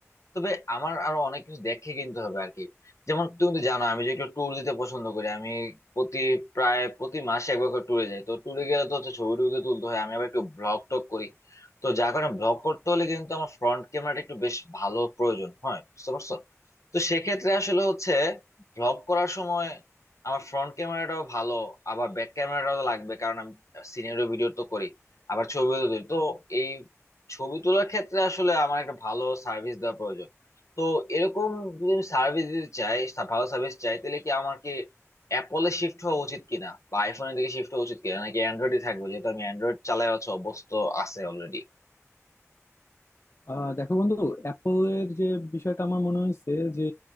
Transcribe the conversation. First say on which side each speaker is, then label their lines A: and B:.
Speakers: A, on the left; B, on the left.
A: তবে আমার আরো অনেক কিছু দেখে কিনতে হবে আর কি যেমন তুমি তো জানো আমি যে একটু ট্যুর দিতে পছন্দ করি আমি প্রতি প্রায় প্রতি মাসে একবার করে ট্যুরে যাই তো ট্যুরে গেলে তো হচ্ছে ছবি টবি তো তুলতে হয় আমি আবার একটু ব্লগ টক করি তো যার কারণে ব্লগ করতে হলে কিন্তু আমার ফ্রন্ট ক্যামেরাটা একটু বেশ ভালো প্রয়োজন হয় বুঝতে পারছো তো সেক্ষেত্রে আসলে হচ্ছে ব্লগ করার সময় আমার ফ্রন্ট ক্যামেরাটাও ভালো আবার ব্যাক ক্যামেরাটাও লাগবে কারণ আমি সিনিয়র ভিডিও তো করি আবার ছবিও তো তুলি। তো এই ছবি তোলার ক্ষেত্রে আসলে আমার একটা ভালো সার্ভিস দেওয়া প্রয়োজন তো এরকম যদি আমি সার্ভিস দিতে চাই সা- ভালো সার্ভিস চাই তাহলে কি আমার কি অ্যাপলে শিফট হওয়া উচিত কিনা বা আইফোনের দিকে শিফট হওয়া উচিত কিনা নাকি অ্যান্ড্রয়েডে থাকবো যেহেতু আমি অ্যান্ড্রয়েড চালাই হচ্ছে অভ্যস্ত আছে অলরেডি
B: আহ দেখো বন্ধু অ্যাপলের যে বিষয়টা আমার মনে হয়েছে যে